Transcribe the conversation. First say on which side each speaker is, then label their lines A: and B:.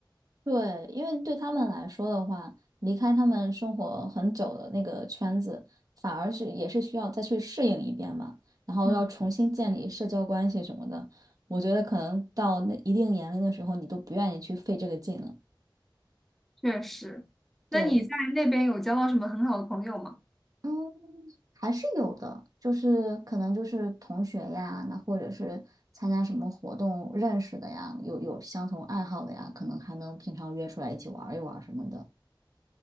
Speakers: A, on the right; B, in the centre.
A: 对，因为对他们来说的话，离开他们生活很久的那个圈子，反而是也是需要再去适应一遍嘛，然后要重新建立社交关系什么的。
B: 嗯，
A: 我觉得可能到那一定年龄的时候，你都不愿意去费这个劲了。
B: 确实，
A: 对，
B: 那你在那边有交到什么很好的朋友吗？
A: 嗯，还是有的，就是可能就是同学呀，那或者是参加什么活动认识的呀，有有相同爱好的呀，可能还能平常约出来一起玩儿一玩儿什么的。